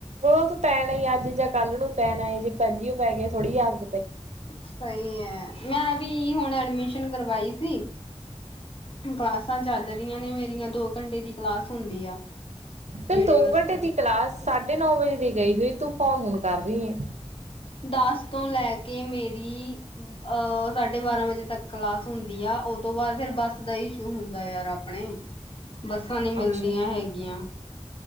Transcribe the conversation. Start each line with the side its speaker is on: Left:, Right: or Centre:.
Right: ਉਹ ਤਾਂ ਪੈਣਾ ਹੀ ਅੱਜ ਜ ਕੱਲ੍ਹ ਨੂੰ ਪੈਣਾ ਏ ਜੇ ਪਹਿਲੀਓ ਪੈ ਗਏ ਥੋੜ੍ਹੀ ਜੀ ਆਦ
Left: ਸਹੀ ਹੈ ਮੈਂ ਵੀ ਕੀ ਹੁਣ ਐਡਮਿਸ਼ਨ ਕਰਵਾਈ ਸੀ ਕਸ ਚੱਲ ਰਹੀਆਂ ਨੇ ਮੇਰੀਆਂ ਦੋ ਘੰਟੇ ਦੀ ਕਲਾਸ ਹੁੰਦੀ ਆ
Right: ਤੈਨੂੰ
Left: ਯੂਨੀਵਰਸਿਟੀ
Right: ਦੋ ਘੰਟੇ ਦੀ ਕਲਾਸ ਸਾਢੇ ਨੌ ਵਜੇ ਦੀ ਗਈ ਹੋਈ ਤੂੰ ਫੋਨ ਹੁਣ ਕਰ ਰਹੀ
Left: ਦਸ ਤੋਂ ਲੈ ਕੇ ਮੇਰੀ ਅਹ ਸਾਢੇ ਬਾਰਾਂ ਵਜੇ ਤੱਕ ਕਲਾਸ ਹੁੰਦੀ ਆ ਉ ਤੋਂ ਬਾਅ ਫਿਰ ਬੱਸ ਦਾ ਇਸ਼ੂ ਹੁੰਦਾ ਯਾਰ ਆਪਣੇ ਬੱਸਾਂ ਨੀ ਮਿਲਦੀਆਂ
Right: ਅੱਛਾ।
Left: ਹੈਗੀਆਂ